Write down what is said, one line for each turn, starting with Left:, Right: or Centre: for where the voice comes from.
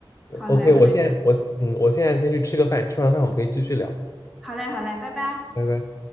Centre: 好嘞，
Left: o k
Centre: 好嘞，
Left: 我现在我嗯，我现在先去吃个饭，吃完饭我们可以继续聊，
Centre: 好嘞，好嘞，拜拜。
Left: 拜拜。